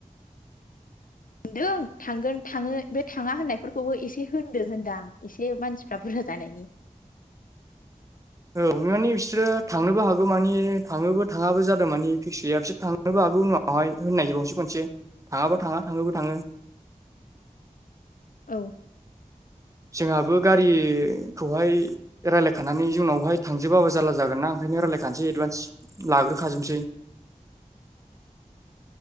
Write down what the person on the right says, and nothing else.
<inaudible> औ माने बिसोरो थांनोबो हागौ मानि थाङोबो थाङाबो जादों मानि फिक्स गैया बिसोर थांनोबो हा उनावहाय होननायबावसै खनसे थाङाबा थाङा थाङोबा थाङो।
जोंहाबो गारिखौहाय रायलायखानानै जोंनावहाय थांजोबाबो जारला जागोन ना ओंखायनो रायलायखानोसै एडभान्स लाग्रोखाजोबनोसै।